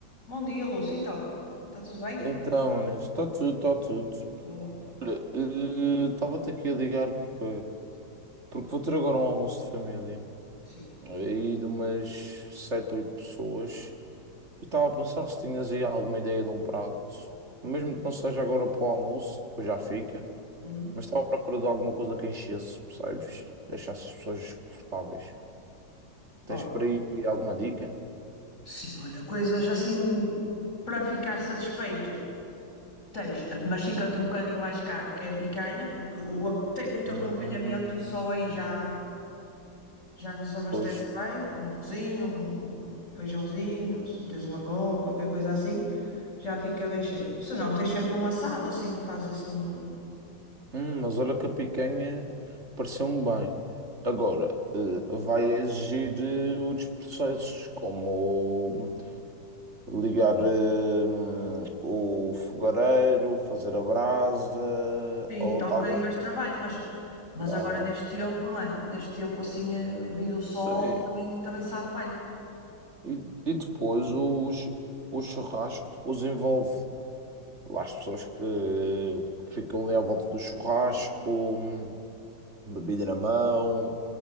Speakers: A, on the left; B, on the right.
A: Bom dia, Lúcia. Então, está tudo bem?
B: Então, nisso, está tudo, está tudo.
A: Boa.
B: Olha, eh, estava-te aqui a ligar porque, porque vou ter agora um almoço de família
A: Sim.
B: aí de umas sete oito pessoas e estava a pensar se tinhas aí alguma ideia de um prato, mesmo que não seja agora para o almoço, depois já fica,
A: Uhum.
B: mas estava à procura de alguma coisa que enchesse, percebes? Deixasse as pessoas confortáveis. Tens
A: Ora.
B: por aí alguma dica?
A: Sim, olha, coisas assim para ficar satisfeito. Tens, mas fica-te um bocadinho mais caro, que é a picanha, porque o ac- tem muito
B: Hum,
A: acompanhamento e só aí já, já nos abastece
B: Pois.
A: bem, com um arrozinho, um, um feijãozinho, se meteres uma couve, qualquer coisa assim, já fica bem cheio. Se não, tens sempre um assado, assim, fazes assim. um
B: Hum, mas olha que a picanha pareceu-me bem. Agora, eh, vai exigir eh, outros processos, como ligar eh, o fogareiro, fazer a brasa,
A: Sim,
B: ou
A: dá
B: talvez.
A: um bocadinho mais de trabalho, mas, mas
B: Dá,
A: agora
B: dá.
A: neste tempo, não é? Neste tempo, assim, eh, vindo o sol,
B: Sim.
A: também, também sabe bem.
B: E, e depois os, o churrasco depois envolve lá as pessoas que ficam ali à volta do churrasco. bebida na mão,